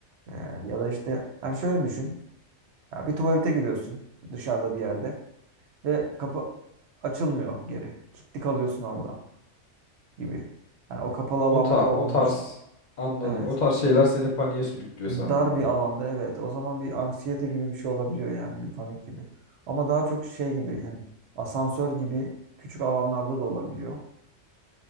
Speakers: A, on the right; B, on the left.
A: Ee, ya da işte yani şöyle düşün. Ya bir tuvalete giriyorsun dışarıda bir yerde ve kapı açılmıyor geri. Kilitli kalıyorsun orada gibi. Yani o kapalı alanda
B: O, ta
A: kaldığını
B: o tarz
A: düşün.
B: anladım.
A: Evet.
B: O tarz şeyler seni paniğe sürüklüyor
A: Dar
B: sanırım abi.
A: bir alanda evet. O zaman bir anksiyete gibi bir şey olabiliyor yani bir panik gibi. Ama daha çok şey gibi yani asansör gibi küçük alanlarda da olabiliyor.